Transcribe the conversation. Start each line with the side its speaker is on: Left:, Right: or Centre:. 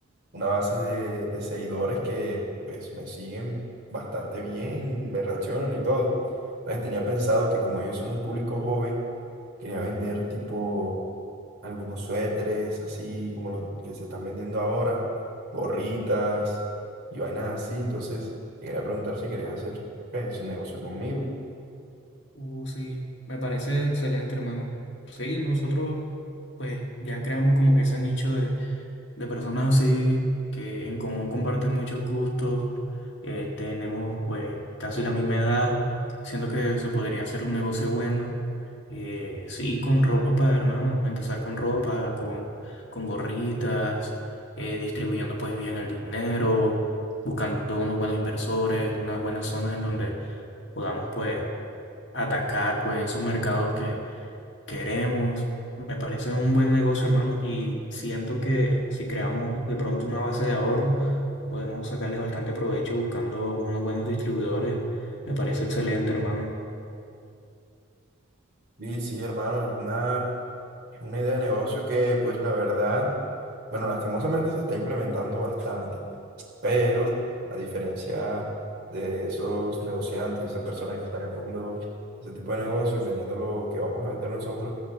Right: una base de, de seguidores que pues me siguen bastante bien, me reaccionan y todo. Entonces tenía pensado que como ellos son un público joven, quería vender tipo algunos suéteres, así como los que se están vendiendo ahora, gorritas y vainas así. Entonces te quería preguntar si querías hacer pues, ese negocio conmigo.
Left: Uh, sí, me parece excelente, hermano. Sí, nosotros pues ya creamos como que ese nicho de personas así que en común comparten muchos gustos, eh, tenemos pues casi la misma edad, siento que se podría hacer un negocio bueno. Eh, sí, con ropa, hermano, empezar con ropa, con, con gorritas, eh, distribuyendo pues bien el dinero, buscando unos buenos inversores, unas buenas zonas en donde podamos pues atacar pues esos mercados que queremos. Me parece un buen negocio, hermano, y siento que si creamos de pronto una base de ahorro, podemos sacarle bastante provecho buscando unos buenos distribuidores. Me parece excelente, hermano.
Right: Sí, sí, hermano, es una, es una idea de negocio que pues la verdad, bueno, lastimosamente se está implementando bastante. Pero a diferencia de esos negociantes, esas personas que están haciendo ese tipo de negocios, vendiendo lo que vamos a vender nosotros,